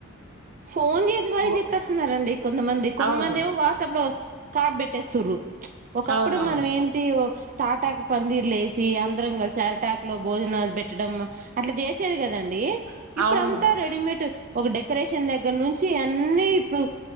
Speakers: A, on the right; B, on the right.
A: ఫోన్ చేసి మరి
B: ఓ
A: చెప్పేస్తున్నారండి కొంతమంది కొంతమంది
B: అవును.
A: ఏమో వాట్సాప్ లో కార్డ్ పెట్టేస్తుర్రు ఒకప్పుడు
B: అవునవును.
A: మనం ఏంటి ఓ తాటాక్ పందిర్లు వేసి అందరం కలిసి అరిటాక్ లో భోజనాలు పెట్టడం అట్లా చేసేది కదండి. ఇప్పుడు
B: అవును.
A: అంతా రెడీమేట్ ఒక డెకరేషన్ దగ్గర నుంచి అన్నీ ఇప్పుడు